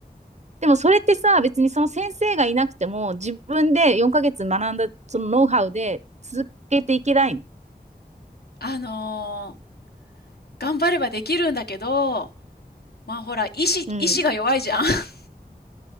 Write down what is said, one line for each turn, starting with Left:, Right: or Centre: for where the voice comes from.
Right: でもそれってさ別にその先生がいなくても自分で4ヶ月学んだそのノウハウで続けていけないの。
Left: あのー頑張ればできるんだけど、まあほら、意志、
Right: うん。
Left: 意志が弱いじゃん。<laughs>